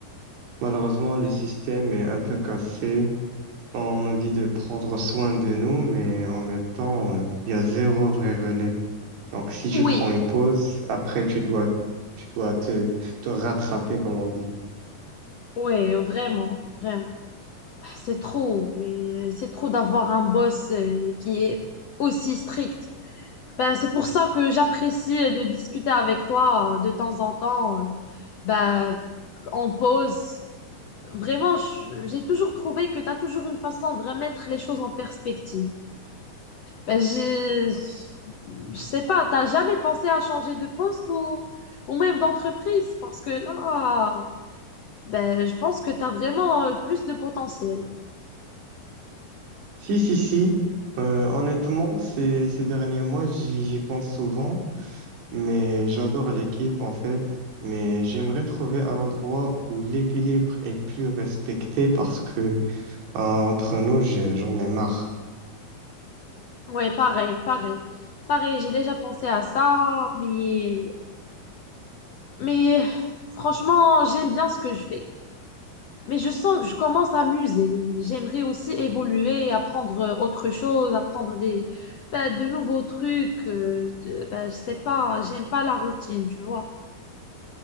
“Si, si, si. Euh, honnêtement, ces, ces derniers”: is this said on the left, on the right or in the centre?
Right